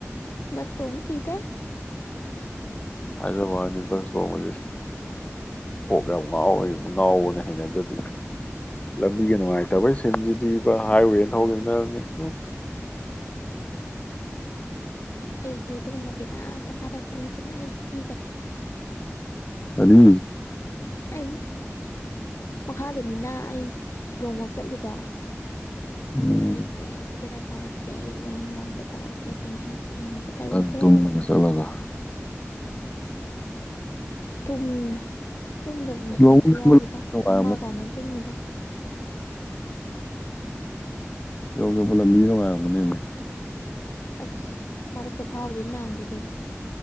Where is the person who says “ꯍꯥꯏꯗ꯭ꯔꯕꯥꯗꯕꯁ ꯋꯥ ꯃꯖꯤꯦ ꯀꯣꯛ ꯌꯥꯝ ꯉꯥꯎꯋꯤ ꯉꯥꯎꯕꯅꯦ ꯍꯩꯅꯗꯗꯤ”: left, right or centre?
Left